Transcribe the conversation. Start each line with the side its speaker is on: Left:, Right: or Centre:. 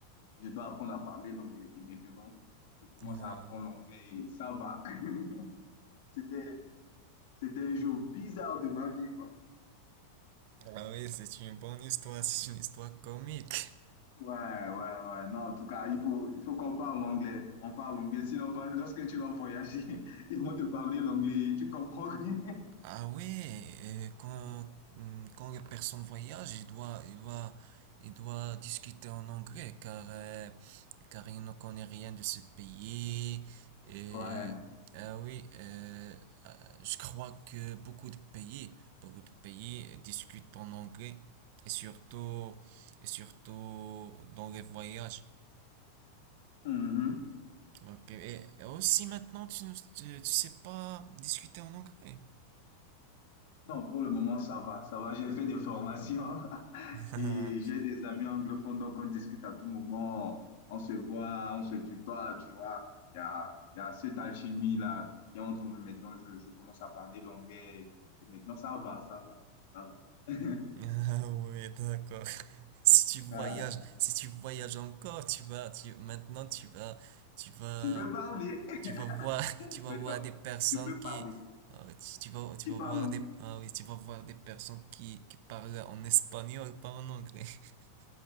Left: je dois apprendre à parler l'anglais. Et maintenant, je commence
Right: Euh,
Left: à apprendre l'anglais et ça va. <laughs> C'était, c'était un jour bizarre de ma vie, quoi.
Right: Ah oui, c'est une bonne histoire, c'est une histoire comique.
Left: Ouais, ouais, ouais. Non, en tout cas, il faut, il faut qu'on parle l'anglais. On parle l'anglais. Sinon, par- lorsque tu vas voyager, <laughs> ils vont te parler l'anglais et tu comprends rien.
Right: Ah ouais, et quand,
Left: <laughs>
Right: hmm, quand les personnes voyagent, ils doivent, ils doivent, ils doivent discuter en anglais car, euh, car ils ne connaissent rien de ce pays. Et,
Left: Ouais.
Right: ah oui, euh, euh, je crois que beaucoup de pays, beaucoup de pays discutent en anglais et surtout, et surtout dans les voyages.
Left: Mhm.
Right: Ok, Et, et aussi maintenant, tu ne tu- tu sais pas discuter en anglais.
Left: Non, pour le moment, ça va, ça va. J'ai fait des formations <laughs>
Right: <laughs>
Left: et j'ai des amis anglophones, donc on discute à tout moment, on se voit, on se tutoie, tu vois. Il y a, il y a cette alchimie-là qui est entre nous maintenant. Je, je commence à parler l'anglais et maintenant, ça va, ça va, ça va. <laughs>
Right: <laughs> Ah ouais, d'accord. <laughs> Si tu voyages,
Left: Ouais.
Right: si tu voyages encore, tu vas, tu, maintenant tu vas, tu vas,
Left: Tu peux parler
Right: tu vas voir,
Left: <laughs>
Right: <laughs> tu vas
Left: maintenant,
Right: voir des personnes
Left: tu peux
Right: qui,
Left: parler.
Right: ah ouais, tu, tu vas, tu
Left: Tu
Right: vas
Left: parles
Right: voir
Left: anglais.
Right: des, ah oui, tu vas voir des personnes qui, qui parlent en espagnol, pas en anglais. <laughs>